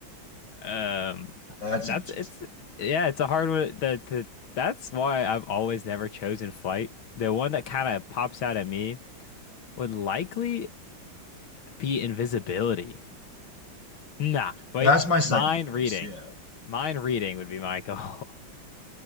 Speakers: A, on the left; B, on the left.
A: Um,
B: <laughs> That's
A: that's
B: interesting.
A: it's yeah, it's a hard one that to, that's why I've always never chosen flight. The one that kind of pops out at me would likely be invisibility. Nah, wait,
B: That's my second
A: mind
B: choice.
A: reading.
B: Yeah.
A: Mind reading would be my goal. <laughs>